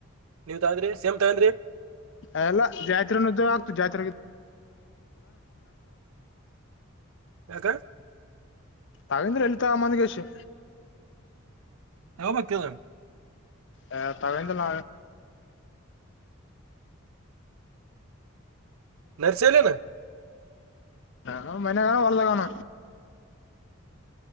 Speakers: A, on the right; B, on the left.
A: ನೀವ ತಗಂದ್ರಿ ಸೇಮ್ ತಗಂದ್ರಿ
B: ಎಲ್ಲಾ ಜಾತ್ರರೆ ಆಗ್ತು ಜಾತ್ರೆ
A: ಹದ
B: ತಾವೇಂದ್ರ ಲಲಿತ ಆಮ್ಮಂದಿಗೆಸ
A: ಹಮ್ಮ ಕೆಲ್ಲ
B: ಹ ತಾವೇಂತಲ್ಲ
A: ನರ್ಸಲಿ ನ
B: ಹ ಮನ ಕಣ ವರ್ದ ಕಾನ